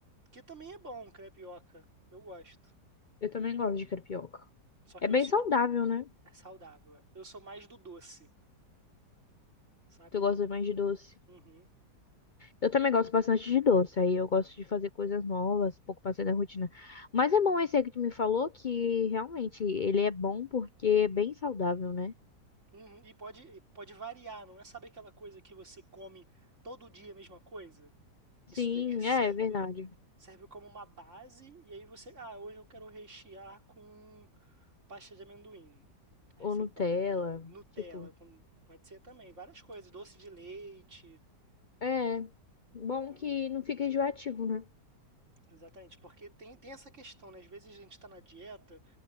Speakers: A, on the right; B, on the left.
A: Que também é bom, crepioca. Eu gosto.
B: Eu também gosto de crepioca.
A: Só que
B: É bem
A: eu sou.
B: saudável, né?
A: É saudável. é. Eu sou mais do doce, sabe?
B: Tu gosta mais de doce.
A: Uhum.
B: Eu também gosto bastante de doce, aí eu gosto de fazer coisas novas, um pouco passei da rotina. Mas é bom esse aí que tu me falou, que realmente ele é bom porque é bem saudável, né?
A: Uhum, e pode, e pode variar, não é? Sabe aquela coisa que você come todo dia a mesma coisa?
B: Sim,
A: Isso daí serve
B: é, é verdade.
A: serve como uma base e aí você, ah, hoje eu quero rechear com pasta de amendoim. Aí
B: Ou
A: você
B: Nutella,
A: bota a pasta de amendoim, Nutella,
B: tipo,
A: com- pode ser também, várias coisas, doce de leite.
B: é bom
A: Então,
B: que não fica enjoativo, né?
A: exatamente, porque tem, tem essa questão, né? Às vezes a gente está na dieta